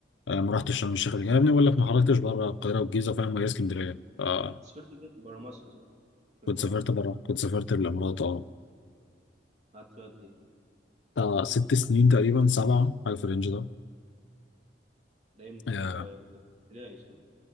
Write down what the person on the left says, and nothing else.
آه، ما رحتش شرم الشيخ قبل كده يا ابني بقول لك ما خرجتش بره القاهرة والجيزة فاهم وهي اسكندرية آه،
كنت سافرت بره كنت سافرت الامارات اه
بتاع ست سنين تقريبا سبعة حاجة في الرينج ده
يا